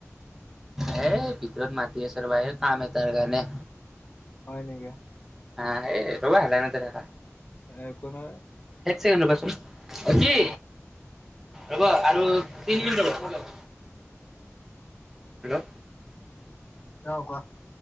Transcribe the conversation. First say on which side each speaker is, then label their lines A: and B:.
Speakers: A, in the centre; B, on the left.
A: হে--। ঘৰত মাতি আছে ৰবা এই কাম এটা কাৰণে।
B: হয় নেকি?
A: হে এই। ৰ'বা লাইনতে থাকা,
B: একো নহয়
A: এক ছেকেণ্ড ৰ'বাচোন অ কি ৰ'বা আৰু তিনি মিনিট ৰ'বা। হেল্ল'।
B: অহ কোৱা।